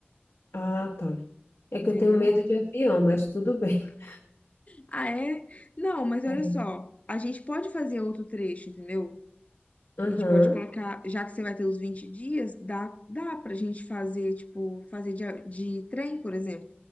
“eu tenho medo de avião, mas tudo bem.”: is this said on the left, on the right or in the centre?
Left